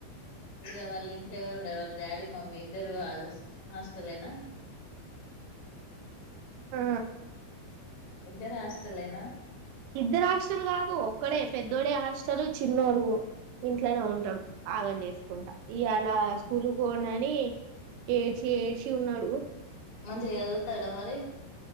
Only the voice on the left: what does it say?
ఇగా వాళ్ళ ఇంట్లో ఎవరు ఉండరు. వాళ్ళ డాడీ మమ్మీ ఇద్దరు హాస్టలేన
ఇద్దరు హాస్టల్లేనా
అవును
మంచిగా చదువుతాడా మరి